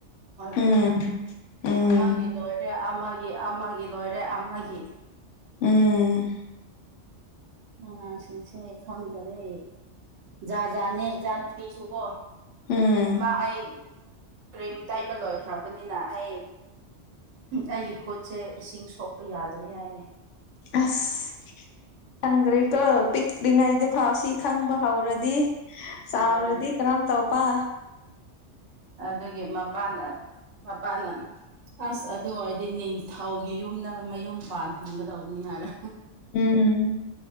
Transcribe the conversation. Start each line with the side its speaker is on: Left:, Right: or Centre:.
Right: ꯑꯣꯏꯕꯅꯤꯅ
Left: ꯎꯝ ꯎꯝ
Right: ꯑꯃꯒꯤ ꯂꯣꯏꯔꯦ ꯑꯃꯒꯤ ꯑꯃꯒꯤ ꯂꯣꯏꯔꯦ ꯑꯃꯒꯤ
Left: ꯎꯝ
Right: ꯑꯉꯥꯡꯁꯤꯡꯁꯦ ꯈꯪꯗꯔꯦ ꯖꯥꯖꯥꯠꯅꯦ ꯏꯆꯥ ꯅꯨꯨꯄꯤꯁꯨꯀꯣ
Left: ꯎꯝ
Right: ꯏꯃꯥ ꯑꯩ ꯀ꯭ꯔꯤꯝ ꯇꯩꯕ ꯂꯣꯏꯈ꯭ꯔꯕꯅꯤꯅ ꯑꯩ ꯑꯩꯒꯤ ꯈꯨꯠꯁꯦ ꯏꯁꯤꯡ ꯁꯣꯛꯄ ꯌꯥꯗ꯭ꯔꯦ ꯍꯥꯏꯔꯦ
Left: ꯑꯁ ꯈꯪꯗ꯭ꯔꯦꯀꯣ ꯄꯤꯛꯂꯤꯉꯩꯗ ꯐꯥꯎ ꯁꯤ ꯈꯪꯕ ꯍꯧꯔꯗꯤ ꯆꯥꯎꯔꯗꯤ
Right: ꯑꯗꯨꯅꯦ
Left: ꯀꯔꯝ ꯇꯧ ꯄ
Right: ꯑꯗꯨꯒꯤ ꯃꯞ ꯄꯥꯅ ꯃꯄꯥꯅ ꯑꯁ ꯑꯗꯨ ꯑꯣꯏꯔꯗꯤ ꯅꯤꯡꯊꯧꯒꯤ ꯌꯨꯝꯅ ꯃꯌꯨꯝ ꯄꯥꯜꯍꯟꯒꯗꯧꯕꯅꯤ ꯍꯥꯏꯔ
Left: ꯎꯝ